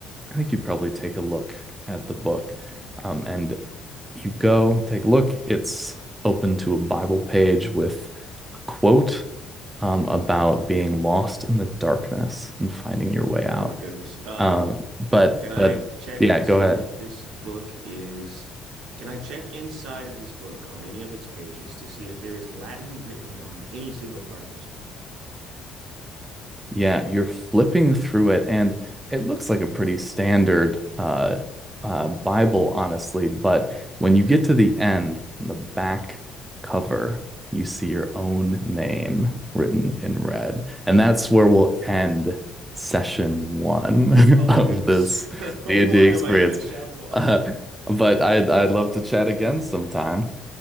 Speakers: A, on the right; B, on the right.
A: I think you'd probably take a look at the book. Um, and you go take a look. It's open to a Bible page with a quote um, about being lost in the darkness and finding your way out.
B: Oh my goodness. Um,
A: Uh, but
B: can I
A: but
B: check
A: yeah,
B: and
A: go
B: see
A: ahead.
B: if this book is, can I check inside of this book on any of its pages to see if there is Latin written on any single part of this book?
A: Yeah, you're flipping through it, and it looks like a pretty standard uh, uh, Bible, honestly. But when
B: Okay.
A: you get to the end, on the back cover, you see your own name written in red. And that's where we'll end session one
B: Oh
A: <laughs> of
B: my goodness.
A: this
B: <laughs> Why
A: D&D experience.
B: am I in this chapel?
A: Uh,
B: <laughs>
A: but I'd, I'd love to chat again sometime.